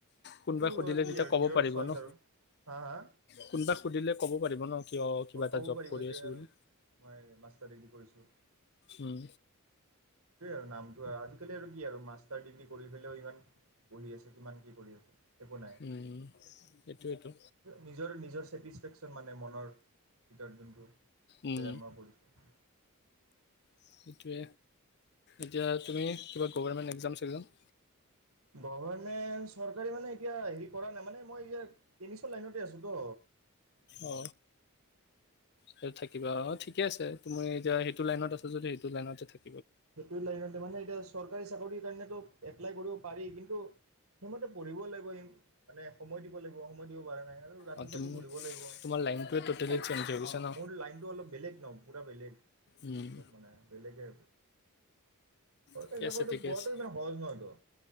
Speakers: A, on the left; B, on the right.
A: কোনোবাই
B: সেইটো
A: সুধিলে
B: আৰু কি
A: তেতিয়া
B: আৰু
A: ক'ব
B: নিজৰ
A: পাৰিব
B: চইচ
A: ন
B: আৰু হা হা
A: কোনবাই সুধিলে ক'ব পাৰিব ন কিয় কিবা
B: ক'ব
A: এটা জব
B: পাৰিব
A: কৰি
B: এইটোৱে
A: আছো
B: আৰু
A: বুলি
B: মই মাষ্টাৰ ডিগ্ৰী কৰিছো এক
A: উম
B: টোৱেই নামটো আজি কালি আৰু কি আৰু মাষ্টাৰ ডিগ্ৰী কৰি পেলাইও ইমান বহি আছে কিমান কি কৰি আছে একো নাই
A: উম সেইটোৱেতো
B: নিজৰ নিজৰ ছেটিছফেকশচন মানে মনৰ কিতাপ যোনটো
A: উম
B: বেয়ামাৰ পৰিছে
A: সেইটোৱে এতিয়া তুমি কিবা গভাৰ্মেণ্ট এক্জামছ চেক্জাম
B: গভমেন্ট চৰকাৰে মানে এতিয়া হেৰি কৰা নাই মানে মই এয়াত টেনিচৰ লাইনতে আছোতো
A: অ সেই থাকিবা অ ঠিকে আছে তুমি এতিয়া সেইটো লাইনত আছা। যদি সেইটো লাইনতে থাকে
B: সেইটো লাইনত মানে মই এতিয়া চৰকাৰী চাকৰিৰ কাৰণেতো এপ্লাই কৰিব পাৰি কিন্তু সেইমতে পঢ়িব লাগিব মানে সময় দিব লাগিব সময় দিব পৰা নাই। ৰাতি
A: অ' তুমি
B: চাতি পঢ়িব লাগিব <unintelligible>
A: তোমাৰ লাইনটোৱে ট'টেলি চেঞ্জ হৈ গৈছে ন
B: মোৰ লাইনটো অলপ বেলেগ ন। পূৰা বেলেগ
A: উম
B: অলপ মানে বেলেগে চৰকাৰী
A: ঠিকে
B: চাকৰিটো
A: আছে ঠিকে
B: পোৱাটো
A: আছে
B: ইমান সহজ নহয়তো